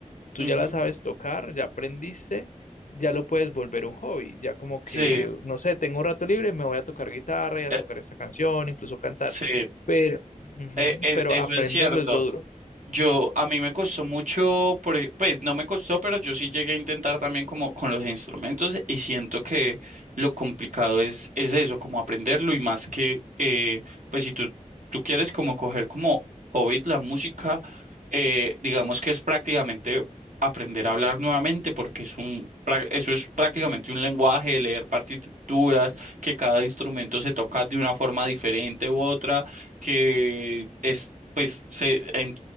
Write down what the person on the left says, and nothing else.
tú
ya la sabes tocar, ya aprendiste, ya lo puedes volver un hobby, ya como que,
no sé, tengo un rato libre, me voy a tocar guitarra y a
tocar esta canción, incluso cantar,
pero, ujú,
pero
aprenderlo
es lo duro.